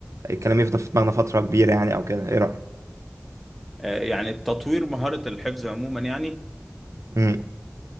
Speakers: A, on the right; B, in the centre.
A: الكلام يفضل في دماغنا فترة كبيرة يعني أو كده إيه رأيك؟
B: آه، يعني تطوير مهارة الحفظ عموما يعني
A: أمم،